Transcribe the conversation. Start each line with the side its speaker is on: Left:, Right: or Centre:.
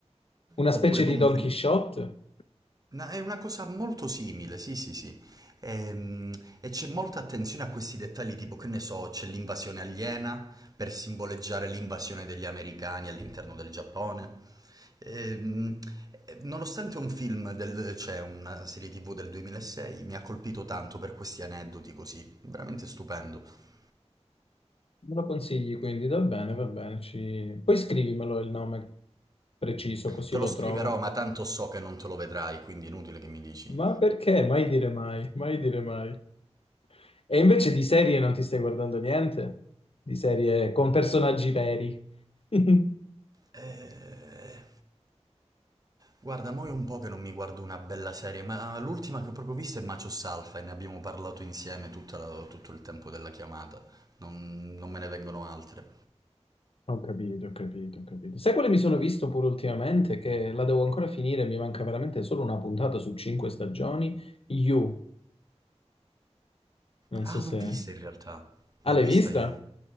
Left: Una
Right: oppure
Left: specie
Right: comunque...
Left: di Don Quixote?
Right: Na- è una cosa molto simile, sì, sì, sì. Ehm, E, c'è molta attenzione a questi dettagli, tipo che ne so, c'è l'invasione aliena per simboleggiare l'invasione degli americani all'interno del Giappone. Ehm, eh, nonostante un film del, cioè una serie TV del 2006, mi ha colpito tanto per questi aneddoti così, veramente stupendo.
Left: Me lo consigli quindi? Va bene, va bene. Ci... Poi scrivimelo il nome preciso così
Right: Te
Left: lo
Right: lo scriverò,
Left: trovo.
Right: ma tanto so che non te lo vedrai, quindi inutile che mi dici
Left: Ma perché? Mai dire mai, mai dire mai. E invece di serie non ti stai guardando niente? Di serie con personaggi veri? <laughs>
Right: Eh, Guarda, mo è un po' che non mi guardo una bella serie, ma l'ultima che ho proprio vista è Macho Salfa e ne abbiamo parlato insieme tutta la- tutto il tempo della chiamata. Non, non me ne vengono altre.
Left: Ho capito, ho capito, ho capito. Sai quale mi sono visto pure ultimamente? Che la devo ancora finire, mi manca veramente solo una puntata su cinque stagioni. You, non
Right: Ah,
Left: so se...
Right: l'ho vista in realtà. L'ho
Left: Ah, l'hai
Right: vista
Left: vista?
Right: io.